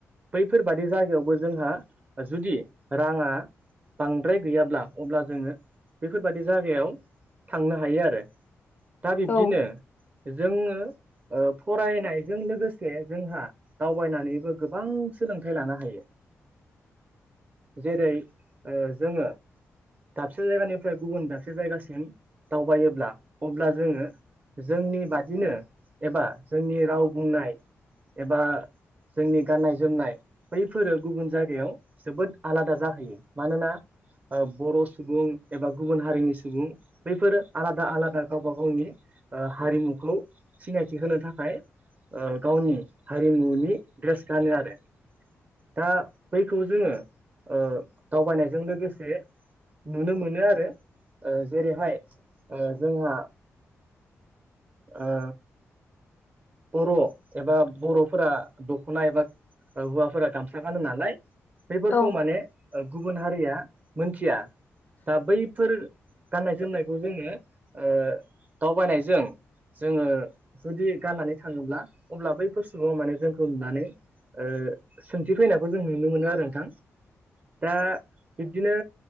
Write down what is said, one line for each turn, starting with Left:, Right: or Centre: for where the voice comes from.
Right: बैफोरबादि जायगायावबो जोंहा जुदि रांङा बांद्राय गैयाब्ला अब्ला जोंङो बेफोरबादि जायगायाव थांनो हायो आरो दा बिब्दिनो
Left: औ
Right: जोंङो फरायनायजों लोगोसे जोंहा दावबायनानैबो गोबां सोलोंथाइ लानो हायो।
Left: <inaudible>
Right: जेरै ओ जोंङो दाबसे जायगानि फ्राय गुबुन दाबसे जायगासिम दावबायोब्ला अब्ला जोंङो जोंनि बादिनो एबा जोंनि राव बुंनाय एबा जोंनि गाननाय जोमनाय बैफोरो गुबुन जायगायाव जोबोद आलादा जाहैयो मानोना बर' सुबुं एबा गुबुन हारिनि सुबुं बैफोरो आलादा आलादा गावबा गावनि ओ हारिमुखौ सिनायथि होनो थाखाय ओ गावनि हारिमुनि ड्रेस गानो आरो दा बैखौ जोंङो ओ दावबायनायजों लोगोसे नुनो मोनो आरो ओ जेरैहाय ओ जोंहा ओ बर' एबा बर'फोरा दख'ना एबा हौवाफोरा गामसा गानो नालाय बेफोरखौ
Left: औ
Right: माने गुबुन हारिया मोनथिया दा बैफोर गाननाय जोमनायखौ जोंङो दावबायनायजों जोंङो जुदि गाननानै थांङोब्ला अब्ला बै बुस्थुखौ माने जोंखौ नुनानै ओ सोंथि फैनायखौ जों नुनो मोनो आरो नोंथां दा बिब्दिनो